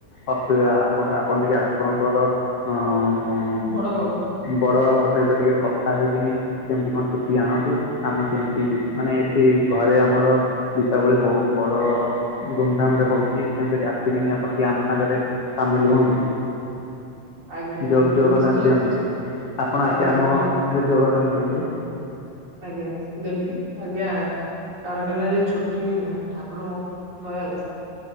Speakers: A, on the left; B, on the right.
A: ଅ ପଣ ଆପଣ ଟିକେ ଆପଣଙ୍କର ଅଁ ମ
B: ବଡ଼ ବାବୁ।
A: ବଡ଼ ବାବୁଙ୍କ ସହିତ ଟିକେ କଥା ହେଇକିନି କେମିତି କଣ ଛୁଟି ଆଣନ୍ତୁ। ଆମେ କେମିତି
B: ଆଜ୍ଞା
A: ମାନେ ଏଠି ଘରେ ଆମର ଦୀପାବଳି ବହୁତ ବଡ଼ ଧୁମଧାମ୍ ରେ ହଉଚି କେମତିରି ଆସିକିନି ଆପଣ ଟିକେ ଆମ ସାଙ୍ଗରେ ସାମିଲ ହୁଅନ୍ତୁ।
B: ଆଜ୍ଞା
A: ଯୋ ଯୋଗଦାନ
B: ନିଶ୍ଚୟ
A: ଦିଅନ୍ତୁ
B: ଚେଷ୍ଟା
A: ଆପଣ
B: ଆଜ୍ଞା
A: ଆସି ଆମ
B: ଯୋ
A: ଏଠି ଯୋଗଦାନ ଦିଅନ୍ତୁ।
B: ଆଜ୍ଞା ଦେବି ଆଜ୍ଞା। କାରଖାନାରେ ଛୁ୍ଟି ମିଳିଲା ଠାକୁରଙ୍କ ଦୟାରୁୁ